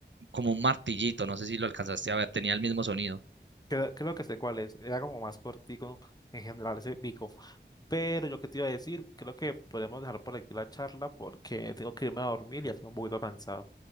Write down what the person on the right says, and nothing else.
como un martillito, no sé si lo alcanzaste a ver, tenía el mismo sonido.